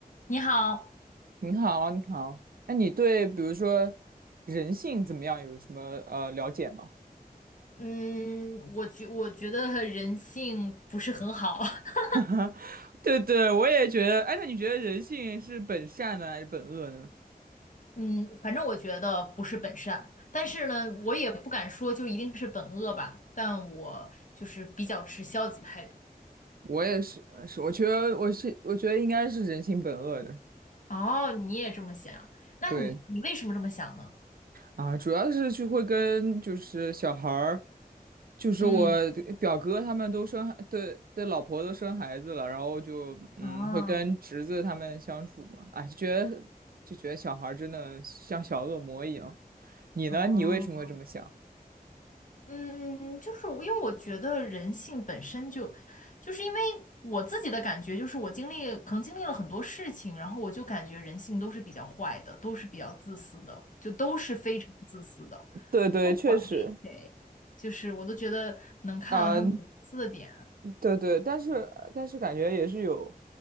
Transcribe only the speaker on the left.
你好，
嗯，我觉我觉得人性不是很好，<laughs>
嗯，反正我觉得不是本善，但是呢，我也不敢说就一定是本恶吧，但我就是比较持消极态度。
哦，你也这么想，那你你为什么这么想呢？
嗯，
哦
哦，
嗯，就是我，因为我觉得人性本身就，就是因为我自己的感觉，就是我经历可能经历了很多事情，然后我就感觉人性都是比较坏的，都是比较自私的，就都是非常自私的，
不管是谁，
就是我都觉得能看到他们的自私的点。